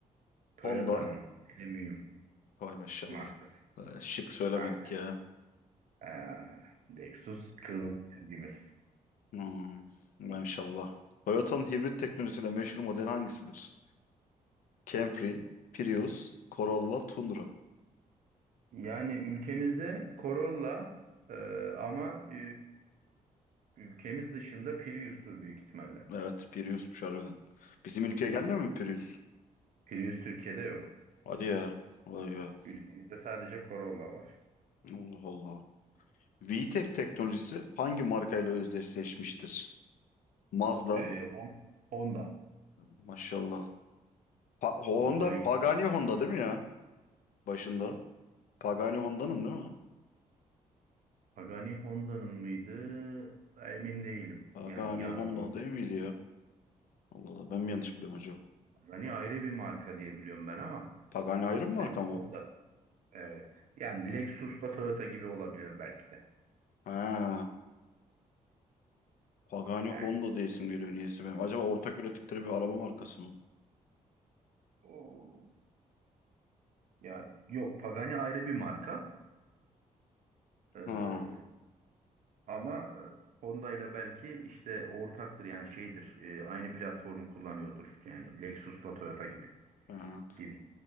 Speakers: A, on the right; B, on the left.
A: Toyota'nın
B: Honda.
A: premium
B: Vay maşallah.
A: markası.
B: Ee, şık söylemedik
A: Aynen.
B: ya.
A: Ee, Lexus kırmızı çizgimiz.
B: Hmm, maşallah. Toyota'nın hibrit teknolojisiyle meşhur model hangisidir? Camry, Prius, Corolla, Tundra.
A: Yani ülkemizde Corolla e, ama e, ülkemiz dışında Prius'tur büyük ihtimalle.
B: Evet, Prius'muş harbiden. Bizim ülkeye
A: Prius.
B: gelmiyor mu Prius?
A: Prius Türkiye'de yok.
B: Hadi ya. Vay be.
A: Ülkemizde sadece Corolla var.
B: Allah Allah. VTEC teknolojisi hangi markayla özdeşleşmiştir? Mazda.
A: E, Hon- Honda.
B: Maşallah. Pa- Honda,
A: Honda V.
B: Pagani Honda değil mi ya? Başında. Pagani Honda'nın değil mi?
A: Pagani Honda'nın mıydı? Emin değilim.
B: Pagani
A: Yani yalan
B: Honda
A: olmasın.
B: değil miydi ya? Allah Allah ben mi yanlış biliyorum acaba?
A: Pagani ayrı bir marka diye biliyorum ben ama
B: Pagani ayrı mı marka
A: belki
B: mı?
A: Honda. Evet. Yani Lexus'la Toyota gibi olabilir belki de.
B: Ha, Pagani
A: Yani.
B: Honda diye isim geliyor niyeyse benim. Acaba ortak ürettikleri bir araba markası mı?
A: Oo. Yani yok Pagani ayrı bir marka. Ee,
B: Ha,
A: Ama e, Honda ile belki işte ortaktır yani şeydir e, aynı platformu kullanıyordur. Yani Lexus'la Toyota gibi
B: ha.
A: gibi.